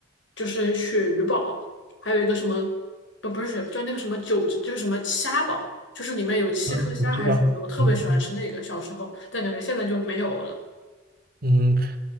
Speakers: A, on the left (about 70°); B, on the right (about 45°).
A: 就是鳕鱼堡，还有一个什么不不是鳕，就那个什么九就是什么虾堡，就是里面有七颗虾还是什么的，
B: 啊，我知道。
A: 我特别喜欢吃那个小时候，
B: 嗯嗯。
A: 但感觉现在就没有了。
B: 嗯